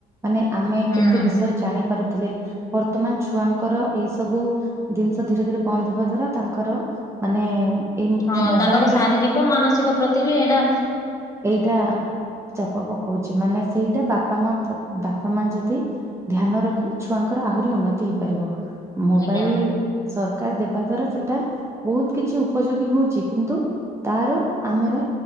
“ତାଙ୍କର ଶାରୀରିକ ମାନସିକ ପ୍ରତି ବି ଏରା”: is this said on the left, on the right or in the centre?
Left